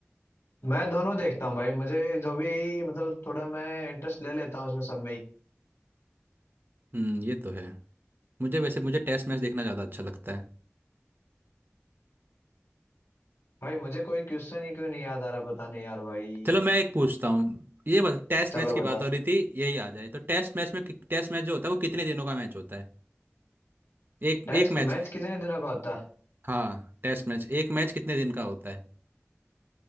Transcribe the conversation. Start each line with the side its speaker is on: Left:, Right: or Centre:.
Left: मैं दोनों देखता हूँ भाई मुझे जो भी मतलब थोड़ा मैं इंटरेस्ट ले लेता हूँ इसमें सब में ही
Right: हम्म ये तो है मुझे वैसे मुझे टेस्ट मैच देखना ज़्यादा अच्छा लगता है
Left: भाई मुझे कोई क्वेश्चन ही क्यों नहीं याद आ रहा पता नहीं यार भाई
Right: चलो मैं एक पूछता हूँ ये बस टेस्ट
Left: चलो
Right: मैच की
Left: बता
Right: बात हो रही थी यही आ जाए तो टेस्ट मैच में टेस्ट मैच जो होता है वो कितने दिनों का मैच होता है एक
Left: टेस्ट
Right: एक मैच
Left: मैच कितने दिनों का होता है
Right: हाँ टेस्ट मैच एक मैच कितने दिन का होता है